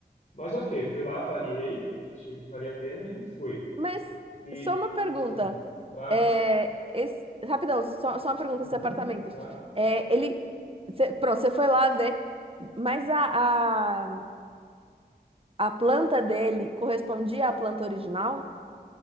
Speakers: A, on the left; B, on the right.
A: Mas ok, fui lá, avaliei, achei que valia a pena e fui.
B: Mas
A: E,
B: só uma pergunta.
A: desculpa, claro,
B: É, esse- Rapidão, só, só uma pergunta:
A: uhum,
B: esse apartamento.
A: claro.
B: É, ele. cê- Pronto, você foi lá ver, mas a, a, a planta dele correspondia à planta original?